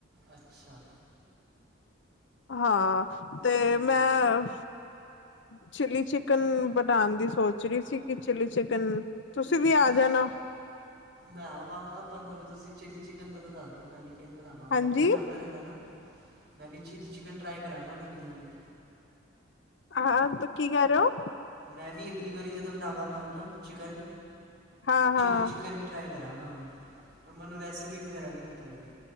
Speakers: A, on the right; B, on the left.
A: ਅੱਛਾ।
B: ਹਾਂ ਤੇ
A: ਹਾਂਜੀ
B: ਮੈਂ ਚਿਲੀ ਚਿਕਨ। ਚਿਕਨ ਬਣਾਉਣ ਦੀ ਸੋਚ ਰਹੀ ਸੀ ਕਿ ਚਿਲੀ ਚਿਕਨ ਤੁਸੀਂ ਵੀ
A: ਚਿਲੀ
B: ਆ ਜਾਣਾ।
A: ਮੈਂ ਆਵਾਂਗਾ ਪਰ ਮੈਨੂੰ ਤੁਸੀਂ ਚਿਲੀ ਚਿਕਨ ਦਾ ਤਾਂ ਦੱਸ ਦੋ ਮੈਂ ਵੀ ਕਿਵੇਂ ਬਣਾਵਾਂ।
B: ਹਾਂਜੀ
A: ਮੈਂ ਵੀ ਬਣਾਉਂਦਾ ਰਹਿੰਦਾ ਨਾ ਮੈਂ ਵੀ ਚਿਲੀ ਚਿਕਨ ਟਰਾਈ ਕਰਾਂਗਾ ਅਗਲੀ ਵਾਰੀ।
B: ਹਾਂ ਹਾਂ ਤਾਂ ਕੀ ਕਹਿ ਰਹੇ ਹੋ?
A: ਮੈਂ ਵੀ ਅਗਲੀ ਵਾਰੀ ਜਦੋਂ ਬਣਾਵਾਂਗਾ ਨਾ ਚਿਕਨ
B: ਹਾਂ
A: ਚਿੱਲੀ
B: ਹਾਂ
A: ਚਿਕਨ। ਟਰਾਈ ਕਰਾਂਗਾ ਹੁਣ ਪਰ ਮੈਨੂੰ ਰੈਸਪੀ ਵਗੈਰਾ ਨਹੀਂ ਪਤਾ ਇਹਦੀ।